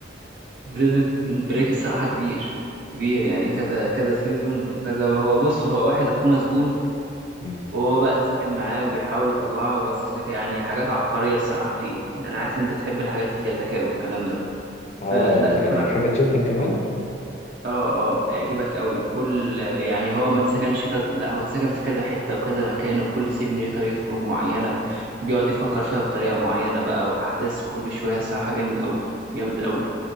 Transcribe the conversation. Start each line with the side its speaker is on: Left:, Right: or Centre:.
Right: بريزن بريك الصراحة كبير كبير يعني كذا كذا سيزون وكذا وهو بص هو واحد أخوه مسجون
Left: <laughs> مم.
Right: وهو بقى اتسجن معاه وبيحاول يطلعه بس يعني حاجات عبقرية الصراحة فيه أنا عارف إن أنت بتحب الحاجات اللي فيها ذكاء والكلام ده
Left: اه
Right: فلا
Left: يعني
Right: اتفرج
Left: حاجه
Right: عليه
Left: تشدك
Right: هيعجبك
Left: كمان
Right: أوي اه اه هيعجبك أوي كل يعني هو ما اتسجنش كذا لا هو اتسجن في كذا حتة وكذا مكان وكل سجن ليه طريقة خروج معينة بيقعد يفكر فيها بطريقة معينة بقى وأحداث كل شوية الصراحة جامد أوي جامد أوي